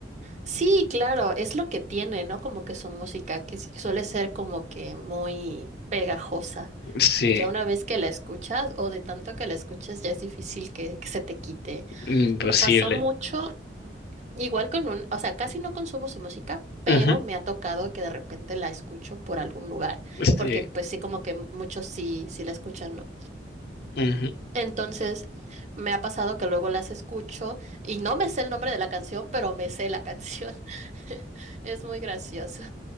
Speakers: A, on the right; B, on the left.
A: Sí, claro, es lo que tiene, ¿no? Como que su música, que sí suele ser como que muy pegajosa.
B: Sí,
A: Ya una vez que la escuchas o de tanto que la escuches, ya es difícil que, que se te quite.
B: imposible.
A: Me pasó mucho, igual con un, o sea, casi no consumo su música, pero
B: Ujú,
A: me ha tocado que de repente la escucho por algún lugar, porque
B: Sí,
A: pues sí, como que muchos sí, sí la escuchan, ¿no?
B: ujú.
A: Entonces, me ha pasado que luego las escucho y no me sé el nombre de la canción, pero me sé la canción. <laughs> Es muy gracioso.